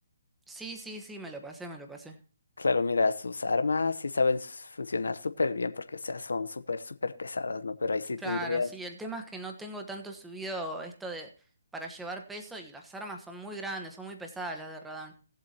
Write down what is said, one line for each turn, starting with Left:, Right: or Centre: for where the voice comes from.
Centre: Sí, sí, sí, me lo pasé, me lo pasé.
Left: Claro, mira, sus armas sí saben s- funcionar súper bien porque, o sea, son súper, súper pesadas, ¿no? Pero ahí sí
Centre: Claro,
Left: tendrías,
Centre: sí, el tema es que no tengo tanto subido esto de para llevar peso y las armas son muy grandes, son muy pesadas las de Radán.